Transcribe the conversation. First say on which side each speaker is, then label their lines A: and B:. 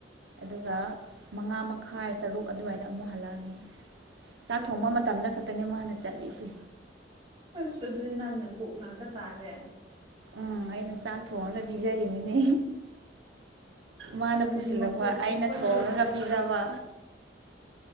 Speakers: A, on the right (about 80°); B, on the right (about 30°).
A: ꯑꯗꯨꯒ ꯃꯉꯥ ꯃꯈꯥꯏ ꯇꯔꯨꯛ ꯑꯗꯨꯋꯥꯏꯗ ꯑꯃꯨꯛ ꯍꯜꯂꯛꯑꯅꯤ ꯆꯥꯛ ꯊꯣꯡꯕ ꯃꯇꯝꯗ ꯈꯛꯇꯅꯦ ꯃꯥꯅ ꯆꯠꯂꯤꯁꯦ
B: ꯑꯁ ꯑꯗꯨꯗꯤ ꯅꯪꯅ ꯀꯨꯛ ꯉꯥꯛꯇ ꯇꯥꯔꯦ
A: ꯎꯝ ꯑꯩꯅ ꯆꯥꯛ ꯊꯣꯡꯉꯒ ꯄꯤꯖꯔꯤꯅꯤꯅꯦ ꯃꯥꯅ
B: ꯑꯗꯨꯗꯤ
A: ꯄꯨꯁꯤꯜꯂꯛꯄ
B: ꯃꯈꯨꯠ
A: ꯑꯩꯅ
B: ꯃꯈꯨꯠꯇꯣ
A: ꯊꯣꯡꯉꯒ ꯄꯤꯖꯕ